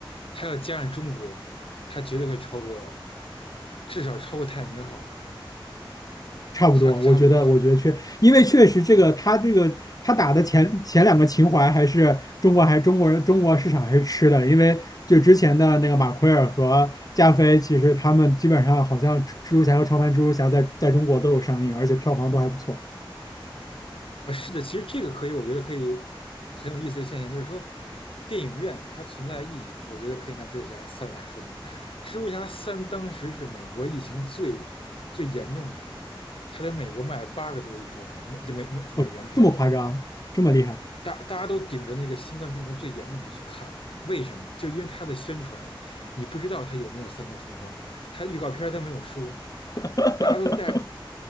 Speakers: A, on the left (about 80°); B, on the left (about 45°).
A: 他要加上中国，他绝对会超过，至少超过泰坦尼克号，
B: 差不多，
A: 差差不多是
B: 我觉得，我觉得确，因为确实这个他这个他打的前前两个情怀还是中国还中国人中国市场还是吃的，因为就之前的那个马奎尔和加菲，其实他们基本上好像蜘蛛侠和超凡蜘蛛侠在在中国都有上映，而且票房都还不错。
A: 啊，是的，其实这个可以，我觉得可以很有意思的现象，就是说，电影院它存在的意义，我觉得可以拿《蜘蛛侠三》来说明。《蜘蛛侠三》当时是美国疫情最最严重的时候，它在美国卖了八个多亿票房，美就美美就美元票房，
B: 我这么夸张，这么厉害
A: 大大家都顶着那个新冠病毒最严重的时候去看，为什么？就因为它的宣传，你不知道它有没有三周同框，它预告片它没有说，
B: <laughs>
A: 大家都带，